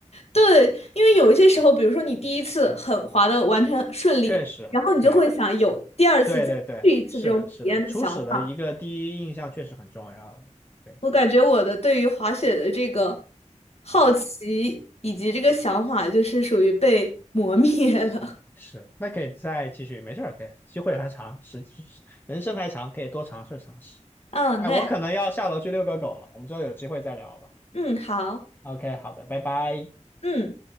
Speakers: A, on the left (about 55°); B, on the left (about 15°).
A: 对，因为有一些时候，比如说你第一次很滑的完全顺利，
B: 确实，
A: 然后你就会想有第二次再去一次这种体验的想法。
B: 对，对对对，是的，是的，初始的一个第一印象确实很重要的。对
A: 我感觉我的对于滑雪的这个好奇以及这个想法，
B: 啊，
A: 就是属于被磨灭了。
B: 是，那可以再继续，没事儿，可以，机会还长，时 <laughs> 人生还长，可以多尝试尝试。
A: <laughs> 嗯，
B: 哎，
A: 对，
B: 我可能要下楼去遛个狗了，我们之后有机会再聊吧。
A: 嗯，好，
B: OK，好的，拜拜。
A: 嗯。